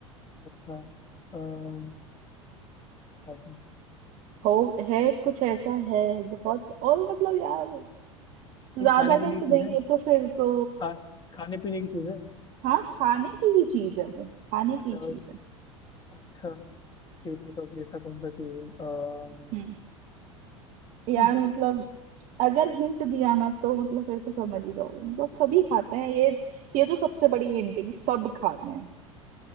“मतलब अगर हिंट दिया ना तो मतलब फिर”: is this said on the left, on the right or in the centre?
Right